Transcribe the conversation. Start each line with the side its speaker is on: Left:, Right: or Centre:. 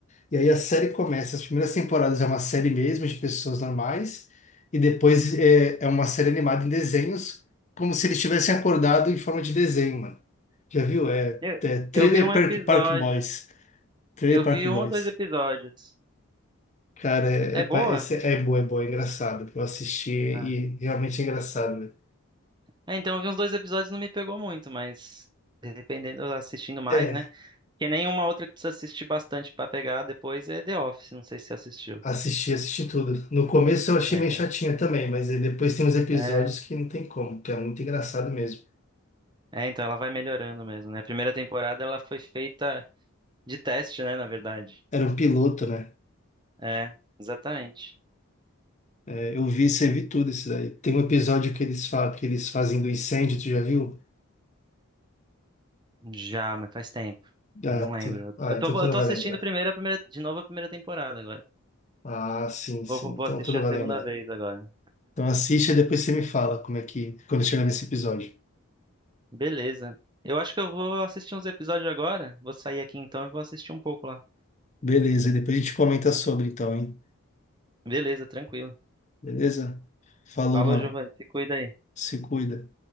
Left: E aí a série começa, as primeiras temporadas é uma série mesmo de pessoas normais, e depois é, é uma série animada em desenhos, como se eles tivessem acordado em forma de desenho, mano. Já viu? É,
Right: Eu,
Left: é Trailer
Right: eu vi um
Left: Park,
Right: episódio.
Left: Park Boys. Trailer
Right: Eu
Left: Park
Right: vi
Left: Boys.
Right: um ou dois episódios.
Left: Cara, é,
Right: É
Left: é, pa-
Right: boa?
Left: esse é bom, é bom, é engraçado. Eu assisti e
Right: Ah.
Left: realmente é engraçado, né?
Right: É, então eu vi uns dois episódios, não me pegou muito, mas dependendo, eu assistindo mais,
Left: É,
Right: né? Porque nenhuma outra que precisa assistir bastante pra pegar depois é The Office, não sei se você assistiu.
Left: assisti, assisti tudo. No começo eu achei
Right: É, então.
Left: meio chatinha também, mas aí depois tem uns episódios
Right: É,
Left: que não tem como, que é muito engraçado mesmo.
Right: é, então ela vai melhorando mesmo, né? A primeira temporada ela foi feita de teste, né, na verdade.
Left: Era um piloto, né?
Right: É, exatamente.
Left: É, eu vi, você vi tudo isso daí. Tem um episódio que eles, fa que eles fazem do incêndio, tu já viu?
Right: Já, mas faz tempo.
Left: Ah,
Right: Eu não lembro.
Left: tu- ah,
Right: Eu
Left: então
Right: tô,
Left: tu
Right: eu
Left: não
Right: tô
Left: vai
Right: assistindo
Left: lembrar.
Right: primeiro a primeira, de novo a primeira temporada agora.
Left: Ah, sim, sim.
Right: Vou, vou
Left: Então
Right: vou assistir
Left: tu não
Right: a
Left: vai
Right: segunda
Left: lembrar.
Right: vez agora.
Left: Então assiste e depois você me fala como é que, quando chegar nesse episódio.
Right: Beleza. Eu acho que eu vou assistir uns episódios agora. Vou sair aqui então e vou assistir um pouco lá.
Left: Beleza, e depois a gente comenta sobre então, hein?
Right: Beleza, tranquilo.
Left: Beleza? Falou,
Right: Falou,
Left: mano.
Right: Giovanni. Se cuida aí.
Left: Se cuida.